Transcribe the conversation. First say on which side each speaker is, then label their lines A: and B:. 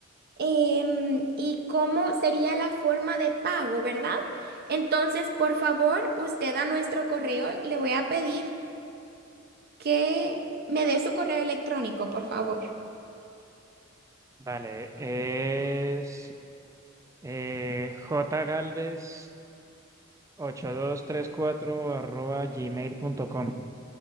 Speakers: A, on the right; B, on the right.
A: em, y cómo sería la forma de pago, ¿verdad? Entonces, por favor, usted a nuestro correo le voy a pedir que me dé su correo electrónico, por favor.
B: vale, es eh, jgalvez ocho dos tres cuatro arroba gmail.com.